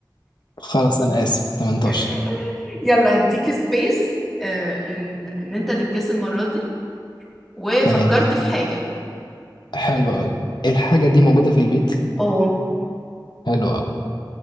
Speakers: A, on the left; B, in the centre.
A: خلاص أنا آسف 18
B: <laughs> يلا هديك سبيس ان ان انت اللي تجس المرة دي وفكرت
A: تمام
B: في حاجة
A: حلو أوي الحاجة دي موجودة في البيت
B: اه
A: حلو أوي